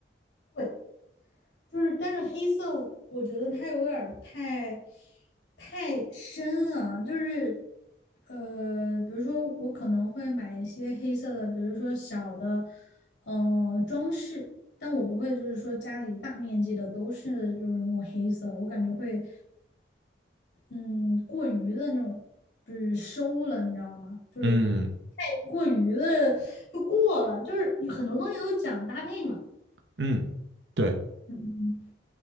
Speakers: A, on the left (about 65°); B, on the right (about 75°).
A: 会。就是，但是黑色我觉得它有点儿太太深了，就是呃，比如说我可能会买一些黑色的，比如说小的，嗯、呃装饰，但我不会就是说家里大面积的都是就是那种黑色，我感觉会嗯过于的那种就是收了，你知道吗？就是
B: 嗯
A: 太过于的就过了，就是有很多东西都讲搭配嘛。
B: 嗯，对，
A: 嗯，